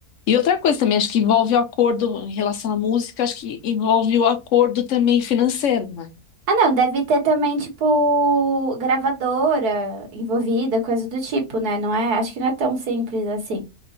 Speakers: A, on the left; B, on the right.
A: E outra coisa também, acho que envolve o acordo em relação à música, acho que envolve o acordo também financeiro, né?
B: Ah, não, deve ter também, tipo, gravadora envolvida, coisa do tipo, né? Não é, acho que não é tão simples assim.